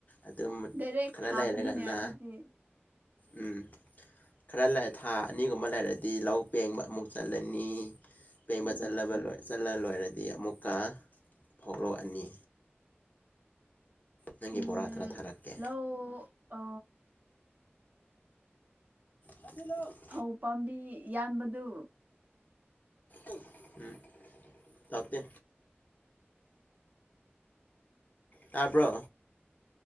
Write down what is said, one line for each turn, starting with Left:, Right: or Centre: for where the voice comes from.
Left: ꯑꯗꯨꯝ
Right: ꯗꯥꯏꯔꯦꯛ
Left: ꯈꯔ
Right: ꯊꯥꯕꯅꯤꯅꯦ
Left: ꯂꯩꯔꯒꯅ
Right: ꯑꯗꯨꯗꯤ
Left: ꯎꯝ ꯈꯔ ꯂꯩꯔ ꯊꯥ ꯑꯅꯤꯒꯨꯝꯕ ꯂꯩꯔꯗꯤ ꯂꯧ ꯄꯦꯡꯕ ꯑꯃꯨꯛ ꯆꯠꯂꯦ ꯆꯠꯂꯅꯤ ꯄꯦꯡꯕ
Right: ꯎꯝ
Left: ꯆꯠꯂ ꯆꯠꯂ ꯂꯣꯏꯔꯗꯤ ꯗꯤ ꯑꯃꯨꯛꯀ ꯐꯥꯎ ꯂꯣꯛ ꯑꯅꯤ ꯅꯪꯒꯤ
Right: ꯎꯝ
Left: ꯕꯣꯔꯥ ꯇꯔꯥ ꯊꯥꯔꯛꯀꯦ
Right: ꯂꯧ ꯑ
Left: <unintelligible>
Right: ꯑꯧ ꯄꯥꯝꯕꯤ ꯌꯥꯟꯕꯗꯨ
Left: ꯎꯝ ꯂꯥꯛꯇꯦ ꯇꯥꯕ꯭ꯔꯣ